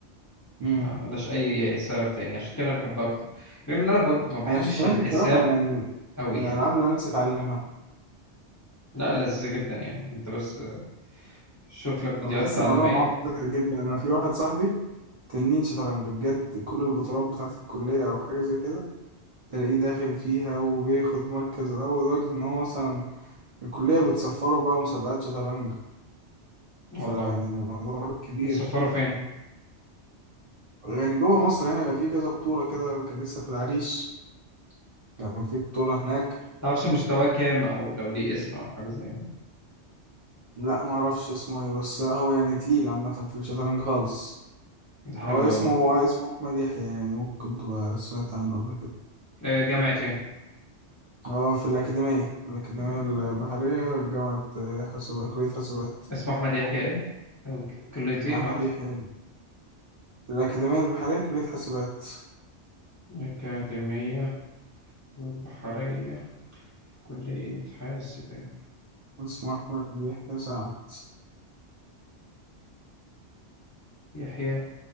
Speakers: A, on the right; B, on the left.
A: امم
B: ما ملاش اي سبب تاني عشان كده انا بحبها اكتر غير ان انا ب... ما بحبش
A: انا الشطرنج
B: الحساب
A: بصراحة يعني
B: قوي
A: من
B: يعني
A: الالعاب اللي انا نفسي اتعلمها
B: لا لذيذة جدا يعني انت بس شوف لك فيديوهات
A: ما بحس
B: تعليمية
A: الموضوع معقد جدا انا في واحد صاحبي تنين شطرنج بجد كل البطولات بتاعة الكلية او حاجة زي كده تلاقيه داخل فيها وبياخد مركز الاول لدرجة ان هو مثلا الكلية بتصفره بقى مسابقات شطرنج فيعني
B: والله
A: الموضوع كبير
B: بتسفروا فين
A: يعني جوه مصر هنا بيبقى في كذا بطولة كده كان لسه في العريش كان في بطولة هناك
B: تعرفش مستواه كام او لو ليه اسم او حاجة زي كده
A: لا ما اعرفش اسمه ايه بس لا هو يعني تقيل عامة في الشطرنج خالص
B: ده
A: هو
B: حلو
A: اسمه
B: قوي ده
A: اسمه أحمد يحيى يعني ممكن تبقى سمعت عنه قبل كده
B: آه، جامعة ايه
A: هو في الأكاديمية الأكاديمية
B: آه،
A: البحرية جامعة حسابات كلية حسابات
B: اسمه احمد يحيى ايه او كلية ايه
A: أحمد
B: معلش
A: يحيى الأكاديمية البحرية كلية حسابات
B: أكاديمية البحرية كلية حاسبات
A: اسمه أحمد يحيى سعد
B: يحيى